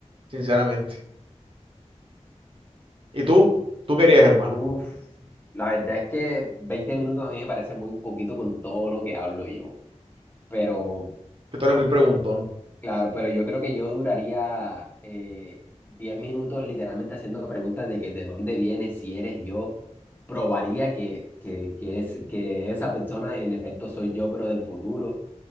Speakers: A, on the right; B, on the left.
A: sinceramente. ¿Y tú? ¿Tú querías, hermano?
B: Uf, la verdad es que 20 minutos a mí me parece muy poquito con todo lo que hablo yo. Pero,
A: Que tú eres muy preguntón.
B: claro, pero yo creo que yo duraría eh, 10 minutos literalmente haciendo preguntas de que de dónde vienes, si eres yo. Probaría que, que, que, es, que esa persona en efecto soy yo, pero del futuro.